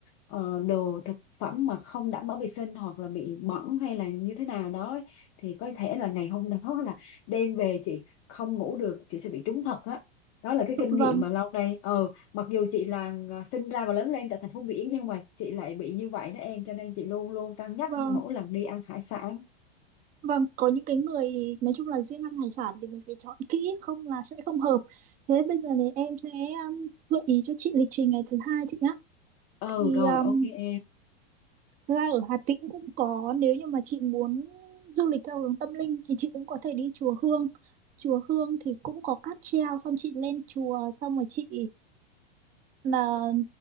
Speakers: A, on the left (about 45°); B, on the right (about 30°).
A: ờ, đồ thực phẩm mà không đảm bảo vệ sinh hoặc là bị bẩn hay là như thế nào đó ấy, thì có thể là ngày hôm <laughs> đó là đêm về chị không ngủ được chị sẽ bị trúng thật đó đó là cái kinh
B: Vâng,
A: nghiệm mà lâu nay ừ mặc dù chị là ng- sinh ra và lớn lên tại thành phố biển nhưng mà chị lại bị như vậy đó em cho nên chị luôn luôn cân nhắc
B: vâng,
A: mỗi lần đi ăn hải sản
B: vâng, có những cái người nói chung là riêng ăn hải sản thì mình phải chọn kỹ không là sẽ không hợp. Thế bây giờ thì em sẽ um, gợi ý cho chị lịch trình ngày thứ hai chị nhá.
A: ừ
B: Thì
A: rồi
B: um,
A: ok em
B: Thực ra ở Hà Tĩnh cũng có nếu như mà chị muốn du lịch theo hướng tâm linh thì chị cũng có thể đi chùa Hương chùa Hương thì cũng có cáp treo xong chị lên chùa xong rồi chị là